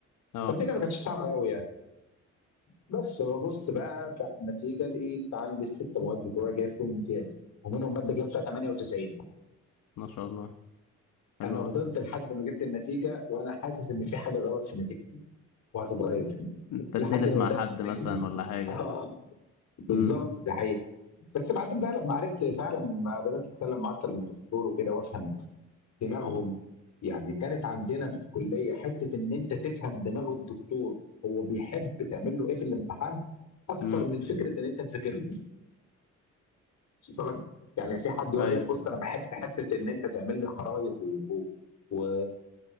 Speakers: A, on the left; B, on the left.
A: اه
B: فالدنيا ما كانتش صعبه قوي يعني بس ببص بقى بتاع النتيجه لقيت عندي الست مواد بتوعي جايب فيهم امتياز ومنهم ماده جايب فيها 98
A: ما شاء الله حلو
B: انا
A: أوي.
B: فضلت لحد ما جبت النتيجه وانا حاسس ان في حاجه غلط في نتيجتي وهتتغير
A: اتبدلت
B: لحد ما
A: مع
B: بدأنا
A: حد
B: السنة
A: مثلا
B: الجديدة
A: ولا حاجة
B: اه بالظبط
A: امم
B: ده حقيقي بس بعدين بقى لما عرفت فعلا ما بدأت أتكلم مع أكتر من دكتور وكده وأفهم دماغهم يعني كانت عندنا في الكلية حتة إن أنت تفهم دماغ الدكتور هو بيحب تعمل له إيه في الامتحان أكتر
A: امم
B: من فكرة إن أنت تذاكر له وصلت لك؟ يعني في حد يقول
A: ايوه
B: لك بص أنا بحب حتة إن أنت تعمل لي خرايط و... و...